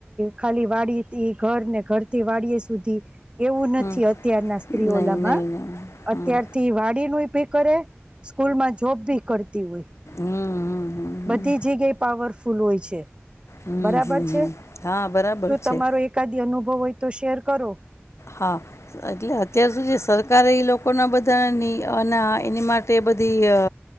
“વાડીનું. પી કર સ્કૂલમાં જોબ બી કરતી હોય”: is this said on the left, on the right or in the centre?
Right